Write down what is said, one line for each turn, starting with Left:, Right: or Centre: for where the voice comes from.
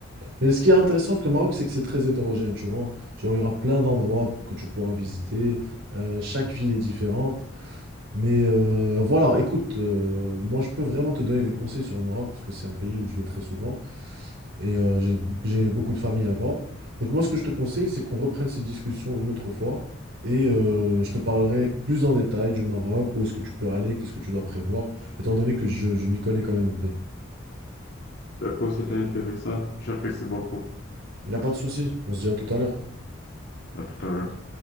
Right: Mais ce qui est intéressant avec le Maroc, c'est que c'est très hétérogène, tu vois. Genre, il y aura plein d'endroits que tu pourras visiter. euh, chaque ville est différente. Mais heu, voilà, écoute, heu, moi, je peux vraiment te donner des conseils sur le Maroc parce que c'est un pays où je vais très souvent et heu, j'ai j'ai beaucoup de famille là-bas. Donc moi, ce que je te conseille, c'est qu'on reprenne cette discussion une autre fois et heu, je te parlerai plus en détail du Maroc, où est-ce que tu peux aller, qu'est-ce que tu dois prévoir, étant donné que je je m'y connais quand même un peu.
Left: D'accord, c'était intéressant. J'apprécie beaucoup.
Right: Il n'y a pas de souci, on se dit à tout à l'heure.
Left: À tout à l'heure.